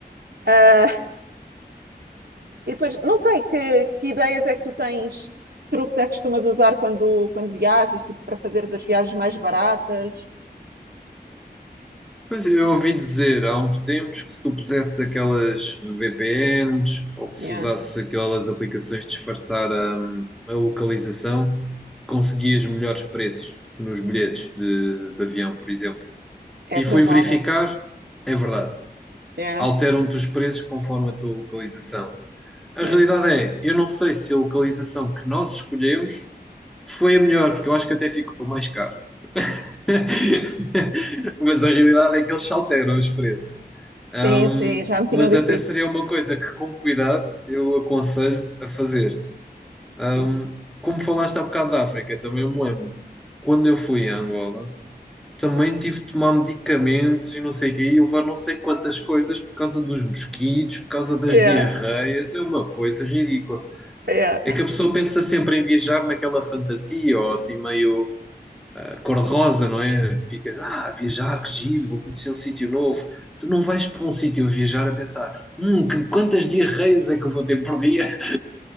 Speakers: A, on the right (about 70°); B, in the centre.
A: Ah, e depois, não sei, que, que ideias é que tu tens, truques é que costumas usar quando, quando viajas, tipo, para fazeres as viagens mais baratas?
B: Pois eu ouvi dizer há uns tempos que se tu pusesses aquelas VPNs ou que
A: Yeah,
B: se usasse aquelas aplicações de disfarçar a, a localização, conseguias melhores preços nos bilhetes de, de avião, por exemplo.
A: é
B: E
A: provável.
B: fui verificar, é verdade.
A: Yeah,
B: Alteram-te os preços conforme a tua localização. A
A: yeah.
B: realidade é, eu não sei se a localização que nós escolhemos foi a melhor, porque eu acho que até ficou mais caro. <laughs> Mas a realidade é que eles se alteram os preços.
A: Sim,
B: Um,
A: sim, já me tinham
B: mas
A: dito
B: até
A: isso.
B: seria uma coisa que, com cuidado, eu aconselho a fazer. Um,
A: Sim.
B: como falaste há bocado da África, também eu me lembro. Quando eu fui a Angola, também tive de tomar medicamentos e não sei o quê, e levar não sei quantas coisas por causa dos mosquitos, por causa das
A: Yeah,
B: diarreias. É uma coisa ridícula.
A: yeah,
B: É que a pessoa pensa sempre em viajar naquela fantasia ou assim meio a cor-de-rosa, não é? Ficas, ah, viajar, que giro, vou conhecer um sítio novo. Tu não vais para um sítio a viajar a pensar, hum, que, quantas diarreias é que eu vou ter por dia?